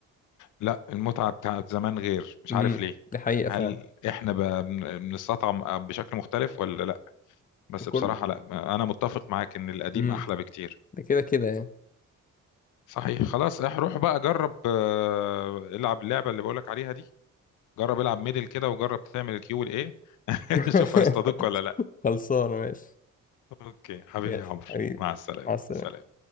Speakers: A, on the left; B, on the left.
A: لا المتعة بتاعت زمان غير مش
B: امم
A: عارف ليه
B: دي حقيقه
A: هل
B: فعلا
A: إحنا بقى بن- بنستطعم بشكل مختلف ولا لا بس
B: كل
A: بصراحة لا أنا متفق معاك إن القديم
B: امم
A: أحلى بكتير
B: ده كده كده يعني
A: صحيح خلاص إح روح بقى جرب آه، العب اللعبة اللي بقولك عليها دي جرب العب ميدل كده وجرب تعمل الكيو والإيه <laughs>
B: <laughs>
A: شوف هيصطادوك ولا لا
B: خلصانه ماشي
A: أوكي حبيبي
B: ماشي
A: يا عمرو
B: حبيبي
A: مع السلامة
B: مع السلامه
A: سلام